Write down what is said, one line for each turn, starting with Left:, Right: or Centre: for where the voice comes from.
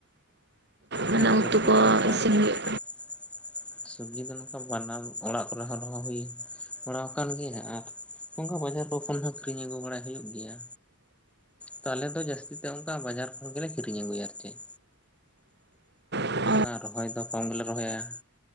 Right: ᱢᱟᱱᱮ
Centre: ᱦᱮᱸ ᱥᱩᱵᱽᱡᱤ
Right: ᱩᱛᱩ ᱠᱚ
Centre: ᱫᱚ ᱚᱱᱠᱟ
Right: ᱤᱥᱤᱱ ᱦᱩᱭᱩᱜ
Centre: <inaudible> ᱥᱩᱵᱡᱤ ᱫᱚ ᱚᱱ-ᱚᱝᱠᱟ ᱵᱟᱱᱟᱨ ᱚᱲᱟᱜ ᱠᱚᱨᱮ ᱦᱚᱸ ᱨᱚᱦᱚᱭ ᱦᱩᱭ ᱵᱟᱲᱟᱣ ᱟᱠᱟᱱ ᱜᱮᱭᱟ ᱟᱨ ᱚᱱᱠᱟ ᱵᱟᱡᱟᱨ ᱠᱚ ᱠᱷᱚᱱ ᱦᱚᱸ ᱠᱤᱨᱤᱧ ᱟᱹᱜᱩ ᱵᱟᱲᱟᱭ ᱦᱩᱭᱩᱜ ᱜᱮᱭᱟ᱾ ᱛᱚ ᱟᱞᱮ ᱫᱚ ᱡᱟᱹᱥᱛᱤ ᱛᱮ ᱚᱱᱠᱟ ᱵᱟᱡᱟᱨ ᱠᱷᱚᱱ ᱜᱮᱞᱮ ᱠᱤᱨᱤᱧ ᱟᱹᱜᱩᱭᱟ ᱟᱨ ᱪᱮᱫ᱾
Right: ᱠᱟᱱᱟ?
Centre: ᱟᱨ ᱨᱚᱦᱚᱭ ᱫᱚ ᱠᱚᱢ ᱜᱮᱞᱮ ᱨᱚᱦᱚᱭᱟ᱾